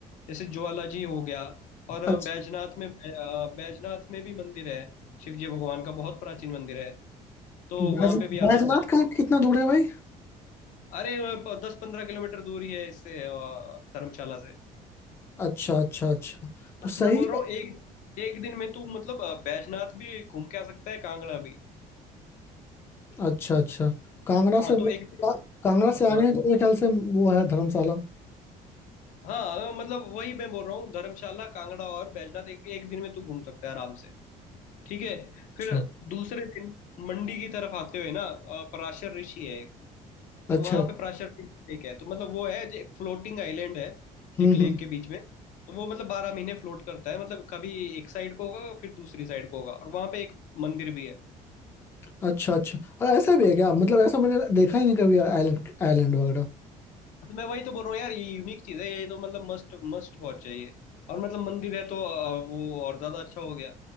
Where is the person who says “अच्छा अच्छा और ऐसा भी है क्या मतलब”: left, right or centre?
Left